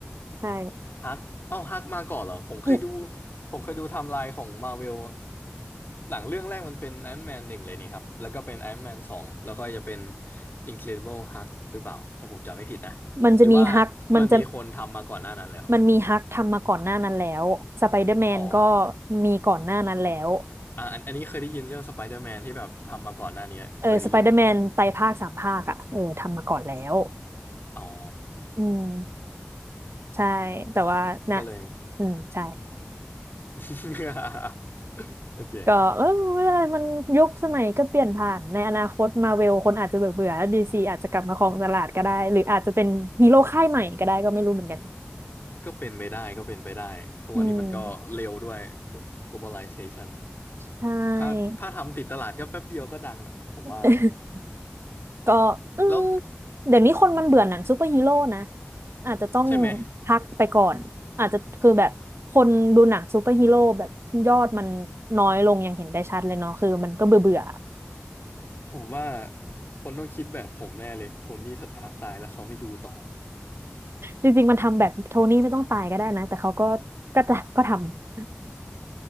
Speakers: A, on the right; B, on the left.
A: ใช่
B: ฮักเอ้าฮักมาก่อนเหรอผมเคยดู
A: อืม
B: ผมเคยดูไทม์ไลน์ของมาเวลหนังเรื่องแรกมันเป็นไอ o n นแมนหนึ่งเลยนี่ครับแล้วก็เป็นไอ o n นแมนสองแล้วก็จะเป็น Incredible Hulk หรือเปล่าถ้าผมจำไม่ผิดนะหรือว่า
A: มันจะมีฮักมันจะ
B: มันมีคนทำมาก่อนหน้านั้นแล้ว
A: มันมีฮักทำมาก่อนหน้านั้นแล้วสไปเดอร์แมนก็
B: อ๋อ
A: มีก่อนหน้านั้นแล้ว
B: อ่ะอันอันนี้เคยได้ยินเรื่องสไปเดอร์แมนที่แบบทำมาก่อนหน้านี้เคยได้ยินอยู่ครับ
A: เออสไปเดอร์แมนไตรภาคสามภาคอ่ะเออทำมาก่อนแล้ว
B: อ๋อ
A: อืมใช่แต่ว่านะ
B: ก็เลย
A: อืมใช่
B: <laughs>
A: <laughs>
B: โอเค
A: ก็เออไม่เป็นไรมันยุคสมัยก็เปลี่ยนผ่านในอนาคตมาเวลคนอาจจะเบื่อเบื่อแล้วดีซีอาจจะกลับมาครองตลาดก็ได้หรืออาจจะเป็นฮีโร่ค่ายใหม่ก็ได้ก็ไม่รู้เหมือนกัน
B: ก็เป็นไปได้ก็เป็นไปได้ทุกวันนี้มันก็เร็วด้วย
A: อืม
B: globalization
A: ใช่
B: ถ้าถ้าทำติดตลาดก็แป๊บเดียวก็ดังอ่ะผมว่า
A: <laughs> ก็อืม
B: แล้ว
A: เดี๋ยวนี้คนมันเบื่อหนังซูเปอร์ฮีโร่นะอาจจะต้อง
B: ใช่ไหม
A: พักไปก่อนอาจจะคือแบบคนดูหนังซูเปอร์ฮีโร่แบบยอดมันน้อยลงอย่างเห็นได้ชัดเลยเนาะคือมันก็เบื่อเบื่อ
B: ผมว่าคนต้องคิดแบบผมแน่เลยโทนี่สตาร์กตายแล้วเขาไม่ดูต่อ
A: จริงๆมันทำแบบโทนี่ไม่ต้องตายก็ได้นะแต่เขาก็ก็จะก็ทำ